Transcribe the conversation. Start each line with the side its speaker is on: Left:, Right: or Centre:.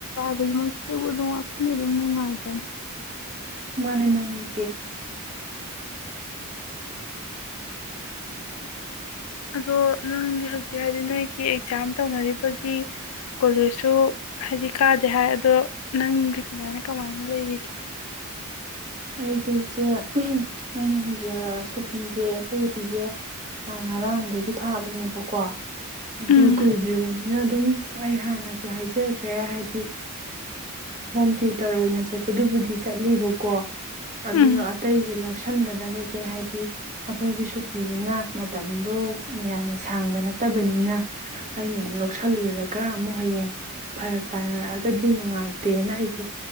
Left: ꯑꯗꯨ ꯃꯣꯏꯗ ꯑꯗꯨꯝ ꯋꯥꯈꯜꯗ ꯑꯗꯨꯝ ꯅꯨꯡꯉꯥꯏꯗꯅ
Right: ꯃꯥꯅꯦ ꯃꯥꯅꯦ ꯆꯦ
Left: ꯑꯗꯣ ꯅꯪꯗꯤ ꯍꯧꯖꯤꯛ ꯍꯥꯏꯗꯤ ꯅꯣꯏꯒꯤ ꯑꯦꯛꯖꯥꯝ ꯇꯧꯅꯔꯤꯕꯒꯤ ꯀꯣꯂꯦꯖꯁꯨ ꯍꯥꯏꯗꯤ ꯀꯥꯗꯦ ꯍꯥꯏ ꯑꯗꯣ ꯅꯪꯗꯤ ꯀꯃꯥꯏꯅ ꯀꯃꯥꯏꯅ ꯂꯩꯔꯤꯒꯦ
Right: ꯑꯩꯁꯦ ꯏꯆꯦ ꯑꯩꯅ ꯍꯧꯖꯤꯛ ꯁꯨꯇꯤꯁꯦ ꯑꯩꯈꯣꯏꯁꯦ ꯉꯔꯥꯡꯗꯒꯤ ꯊꯥꯕꯅꯦꯕꯀꯣ ꯑꯗꯣ
Left: ꯎꯝ
Right: ꯀꯨꯏꯗ꯭ꯔꯤꯕꯅꯤ ꯅꯤꯅ ꯑꯗꯨꯝ ꯑꯩ ꯍꯥꯟꯅꯁꯨ ꯍꯥꯏꯖꯈ꯭ꯔꯦ ꯍꯥꯏꯗꯤ ꯍꯣꯝ ꯇ꯭ꯌꯨꯇꯔ ꯑꯣꯏꯅ ꯆꯠꯄꯗꯨꯕꯨꯗꯤ ꯆꯠꯂꯤꯕꯀꯣ ꯑꯗꯨꯒ
Left: ꯎꯝ
Right: ꯑꯇꯩꯁꯦ ꯂꯧꯁꯤꯟꯒꯗꯕꯁꯦ ꯍꯥꯏꯗꯤ ꯑꯩꯈꯣꯏꯒꯤ ꯁꯨꯇꯤꯁꯤꯅ ꯃꯇꯝꯗꯣ ꯌꯥꯝꯅ ꯁꯥꯡꯕ ꯅꯠꯇꯕꯅꯤꯅ ꯑꯩꯅ ꯑꯃꯨꯛ ꯂꯧꯁꯜꯂꯨꯔꯒ ꯑꯃꯨꯛ ꯍꯌꯦꯡ ꯐꯔꯛ ꯇꯥꯅꯔꯛꯑꯒꯗꯤ ꯅꯨꯡꯉꯥꯏꯇꯦꯅ ꯑꯩꯁꯦ